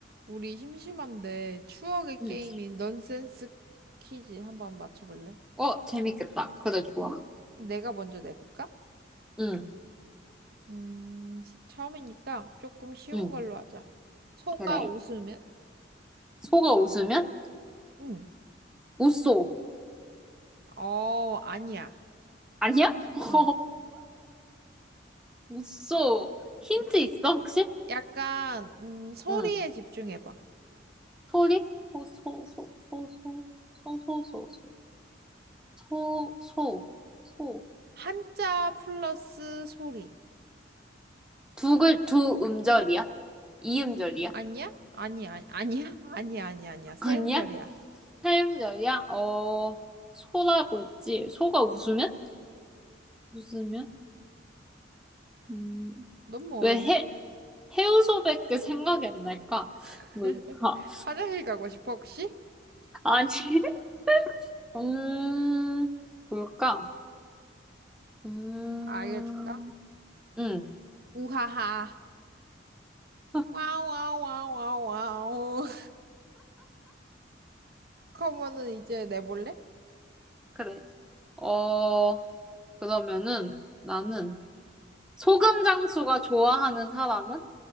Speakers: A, on the right; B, in the centre.
A: 우리 심심한데 추억의
B: 응.
A: 게임인 넌센스 퀴즈 한번 맞춰볼래?
B: 어, 재밌겠다. 그래, 좋아.
A: 내가 먼저 내볼까?
B: 응,
A: 음, 시- 처음이니까 조금 쉬운
B: 응,
A: 걸로 하자. 소가
B: 그래.
A: 웃으면?
B: 소가 웃으면?
A: 응.
B: 웃소.
A: 어, 아니야.
B: 아니야? <laughs>
A: 어.
B: 웃소. 힌트 있어, 혹시?
A: 약간, 음, 소리에
B: 응.
A: 집중해봐.
B: 소리? 소, 소, 소, 소, 소, 소, 소, 소, 소, 소, 소, 소.
A: 한자 플러스 소리.
B: 두 글, 두 음절이야? 이음절이야?
A: 아니야? 아니야, 아니야? <laughs> 아니야, 아니야, 아니야.
B: <laughs>
A: 세
B: 아니야?
A: 음절이야.
B: 삼음절이야? 어, 소라고 했지. 소가 웃으면? 웃으면? 음,
A: 너무
B: 왜
A: 어렵나?
B: 해, 해우소밖에 생각이 안 날까?
A: <laughs>
B: 뭘까?
A: 화장실 가고 싶어, 혹시?
B: 아니, <laughs> 음, 뭘까? 음,
A: 알려줄까?
B: 응,
A: 우하하.
B: <laughs>
A: 와우, 와우, 와우, 와우, 그러 커버는 <laughs> 이제 내볼래?
B: 그래. 어, 그러면은 나는 소금 장수가 좋아하는 사람은?